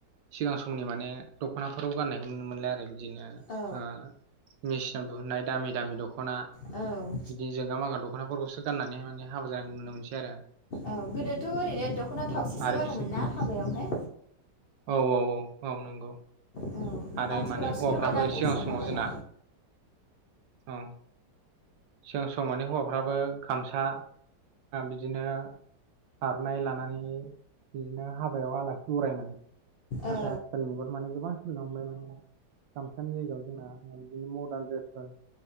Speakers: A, on the right (about 80°); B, on the left (about 75°).
A: सिगां समनि माने दख'नाफोराव गाननायखौ नुनो मोनलाय आरोखि बिदिनो ओ
B: औ
A: मेसिनाव दिहुननाय दामि दामि दख'ना
B: औ
A: बिदि जोंगा मागा दख'नाफोरखौसो गाननानै माने हाबा जानायखौ नुनो मोनसै आरो
B: औ गोदोथ' ओरैनो दख'ना थावसिसो
A: आरो
B: गानोमोन
A: बिदि
B: ना हाबायावहाय
A: औ औ औ औ नंगौ
B: औ
A: आरो
B: आथिखालाव
A: माने
B: सोरबा
A: हौवाफ्राबो
B: गानो
A: सिगां
B: सोरबा
A: समाव
B: गाना
A: जोंना औ सिगां समाव माने हौवाफ्राबो गामसा बिदिनो आर'नाय लानानै बिदिनो हाबायाव आलासि बरायोमोन नाथाय
B: औ
A: आथिखालनि मुगायाव मानि गोबां हबाय माने गामसानि जायगायाव जोंना बिदिनो मदार्न ड्रेसफोर